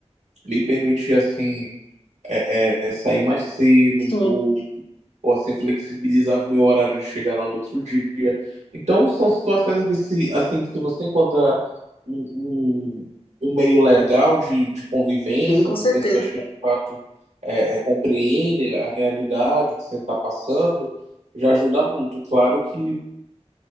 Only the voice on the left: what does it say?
Sim.
Sim, com
certeza.